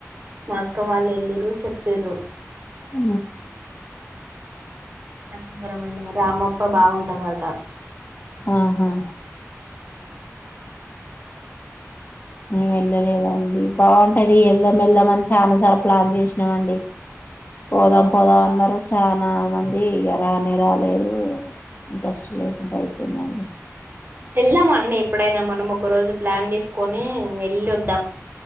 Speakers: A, on the right; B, on the left.
A: అక్క వాళ్ళు వెళ్ళిరు చెప్పిర్రు
B: ఆ
A: లక్నపురం ఐనా రామప్ప బాగుంటదట
B: ఆహా మేం వెళ్లలేదండి బాగుంటది వెళ్దాం వెళ్దాం అని చానాసార్లు ప్లాన్ చేసినమండి. పోదాం పోదాం అన్నరు చానా మంది ఇగ రానే రాలేదు. ఇంట్రెస్ట్ లేకుండా అయిపొయిందండి.
A: వెళ్దామా అండి ఎప్పుడైనా మనం ఒక రోజు ప్లాన్ చేసుకొని వెళ్లి వ